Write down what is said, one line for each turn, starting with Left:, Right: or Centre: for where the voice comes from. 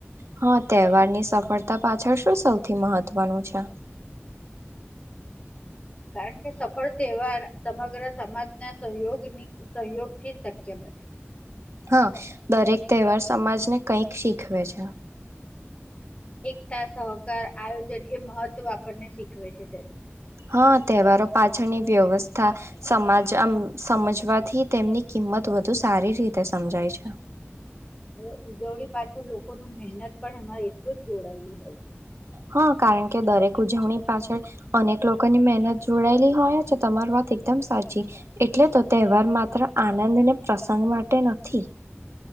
Right: હા તહેવારની સફળતા પાછળ શું સૌથી મહત્વનું છે.
Left: કારણ કે સફળ તહેવાર સમગ્ર સમાજના સહયોગની સહયોગથી શક્ય બને.
Right: હા દરેક તહેવાર સમાજને કંઈક શીખવે છે.
Left: એકતા સહકાર આયોજન એ મહત્વ આપણને શીખવે છે તેનું.
Right: હા તહેવારો પાછળની વ્યવસ્થા સમાજ આમ સમજવાથી તેમની કિંમત વધુ સારી રીતે સમજાય છે.
Left: હવે ઉજવણી પાછળ લોકો ન મહેનત. પણ અમારે એટલું જ દોડાયેલું હોય
Right: હા કારણ કે દરેક ઉજવણી પાછળ અનેક લોકોની મહેનત જોડાયેલી હોય છે તમારી વાત એકદમ સાચી એટલે તો તહેવાર માત્ર આનંદ ને પ્રસંગ માટે નથી.